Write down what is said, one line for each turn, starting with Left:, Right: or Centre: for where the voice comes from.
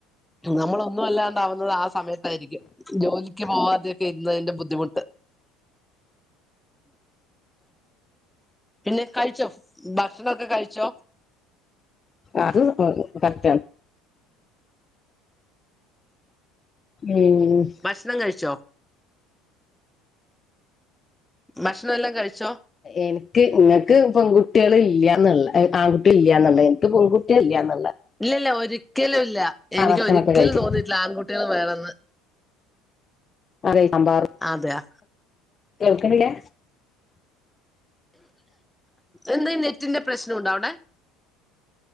Centre: നമ്മള് ഒന്നുവെല്ലാണ്ടാവുന്നത് ആ സമയത്തായിരിക്കും ജോലി ജോലിക്ക് പോവാതെക്കെ ഇരുന്നതിന്റെ ബുദ്ധിമുട്ട് പിന്നെ കഴിച്ചോ ഭക്ഷണൊക്കെ കഴിച്ചോ
Left: അത് കറക്റ്റാ ഉം
Centre: ഭക്ഷണം കഴിച്ചോ ഭക്ഷണം എല്ലാം കഴിച്ചോ
Left: എനിക്ക് ഇങ്ങക്ക് പെൺകുട്ട്യേള് ഇല്ല്യാന്ന്ള്ളെ ആൺകുട്ടി ഇല്യാന്ന്ള്ളെ എനിക്ക് പെൺകുട്ട്യേള് ഇല്യാന്ന്ള്ളെ
Centre: ഇല്ല ഇല്ല ഒരിക്കലും ഇല്ല എനിക്ക്
Left: ഭക്ഷണൊക്കെ
Centre: ഒരിക്കലും
Left: കഴിച്ചു
Centre: തോന്നിയിട്ടില്ല ആൺകുട്ടികൾ വേണെന്ന്
Left: അതേ സാമ്പാറ്
Centre: അതെയ
Left: കേക്കണില്ലേ
Centre: എന്താ ഈ നെറ്റിന്റെ പ്രശ്ണണ്ടോ അവിടെ